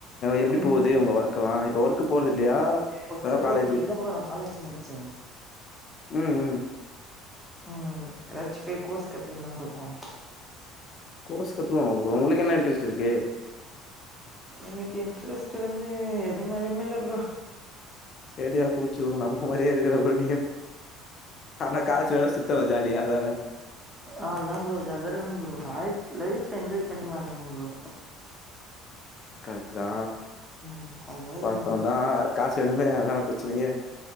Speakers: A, in the centre; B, on the left.
A: அதா
B: எப்டி போது
A: ப்ரோ
B: உங்க ஒர்க் எல்லா இப்ப ஒர்க்கு போறது இல்லையா
A: பக்க
B: வெறும்
A: <unintelligible>
B: காலேஜ்
A: நா காலேஜ் முடிச்ச
B: உம் உம்
A: உம் எதாச்சு போய் கோர்ஸ் கத்துக்குனு தா ப்ரோ போனு
B: கோர்ஸ் கத்துகுலா ப்ரோ உங்களுக்கு என்ன இன்ட்ரெஸ்ட் இருக்கு
A: எனக்கு இன்ட்ரெஸ்ட் வந்து எது மேலயுமே இல்ல ப்ரோ
B: சரியா போச்சி ப்ரோ நம்மல மாரியே இருக்கற ப்ரோ நீங்க ஆனா காசு வேணு சுத்தனு ஜாலியா அதான
A: அவ்ளதா ப்ரோ ஜாலியா இருக்கனு ப்ரோ வாழ்க் லைஃப்ல வந்து என்ஜாய் பண்ணி வாழனு ப்ரோ
B: கரட்டு தா
A: ம் அது மாரி
B: வாஸ்தவ
A: இருக்கணு
B: தா காசு வேணுமே அதான பிரச்சனையே